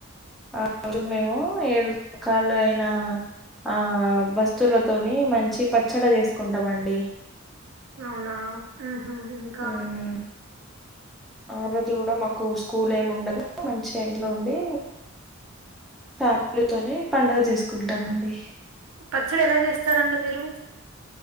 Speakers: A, in the centre; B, on the right.
A: ఆ రోజు మేము ఏడు కాల అయినా ఆ వస్తువులతోని మంచి పచ్చడ జేసుకుంటామండి
B: అవునా మ్మ్ హ్మ్ ఇంకా
A: మ్ ఆ రోజు గూడా మాకు స్కూల్ ఏమి ఉండదు మంచిగ ఇంట్లో ఉండీ ఫ్యామిలీతోనే పండగ జేసుక్ కుంటామండి
B: పచ్చడెలా చేస్తారండి మీరు